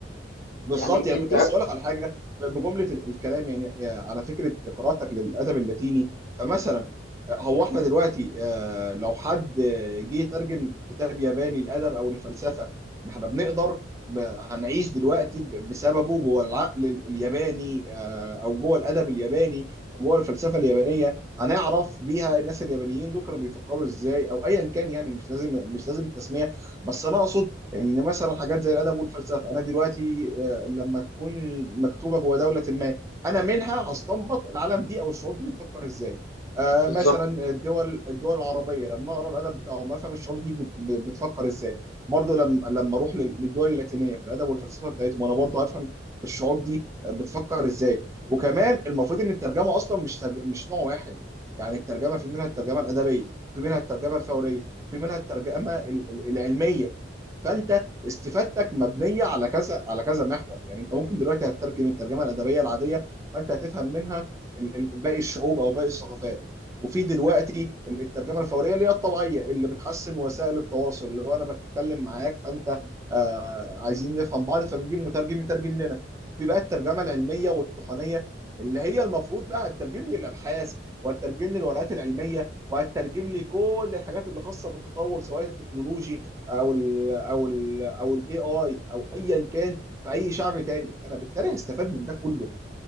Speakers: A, on the right (about 15°); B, on the left (about 50°).
A: بالظبط
B: يعني
A: يعني
B: انت
A: كنت لسه اقول لك على حاجه ب- بجمله ال- الكلام يعني يعني على فكره قراءتك للادب اللاتيني فمثلا آه، هو احنا دلوقتي آه، لو حد آه، جه يترجم كتاب ياباني لادب او لفلسفه ما احنا بنقدر ب- هنعيش دلوقتي ب- بسببه جوه العقل ال- الياباني آه، او جوه الادب الياباني جوه الفلسفه اليابانيه هنعرف بيها الناس اليابانيين دول كانوا بيفكروا ازاي او ايا كان يعني مش لازم مش لازم التسميه بس انا اقصد ان مثلا حاجات زي الادب والفلسفه انا دلوقتي آه، لما تكون مكتوبه جوه دوله ما انا منها هستنبط العالم دي او الشعوب دي بتفكر ازاي آه،
B: بالظبط
A: مثلا الدول الدول العربيه لما اقرا الادب بتاعهم افهم الشعوب دي بت- ب- بتفكر ازاي برضه لما لما اروح لل- للدول اللاتينيه في الادب والفلسفه بتاعتهم انا برضه هفهم الشعوب دي بتفكر ازاي وكمان المفروض ان الترجمه اصلا مش ترج... مش نوع واحد يعني الترجمه في منها الترجمه الادبيه في منها الترجمه الفوريه في منها الترجمه ال- ال- العلميه فانت استفادتك مبنيه على كذا على كذا محور يعني انت ممكن دلوقتي هتترجم الترجمه الادبيه العاديه فانت هتفهم منها ال- ال- باقي الشعوب او باقي الثقافات وفي دلوقتي ال- الترجمه الفوريه اللي هي الطبيعيه اللي بتحسن وسائل التواصل اللي هو انا بتكلم معاك فانت آه عايزين نفهم بعض فبنجيب مترجم يترجم لنا في بقى الترجمه العلميه والتقنيه اللي هي المفروض بقى هتترجم لي الابحاث وهتترجم لي الورقات العلميه وهتترجم لي كل الحاجات اللي خاصه بالتطور سواء التكنولوجي او ال او ال او الاي اي او ايا كان في اي شعب تاني فانا بالتالي هستفاد من ده كله